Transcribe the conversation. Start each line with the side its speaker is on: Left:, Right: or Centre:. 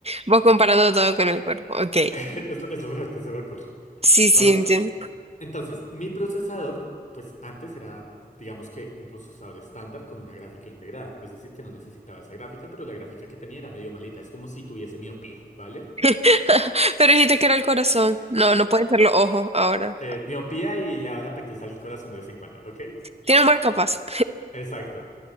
Right: Vos comparando todo con el cuerpo. Ok,
Left: <laughs> Es lo, es lo mejor que se me ocurre,
Right: sí,
Left: ¿vale?
Right: sí, entiendo.
Left: Entonces, mi procesador, pues antes era, digamos que un procesador estándar con una gráfica integrada. Es decir, que no necesitaba esa gráfica, pero la gráfica que tenía era medio malita. Es como si tuviese miopía, ¿vale?
Right: <laughs> Pero dijiste que era el corazón. No, no pueden ser los ojos ahora.
Left: Eh, miopía y le van ataques al corazón de vez en cuando, ¿ok?
Right: Tiene un marcapaso.
Left: Exacto.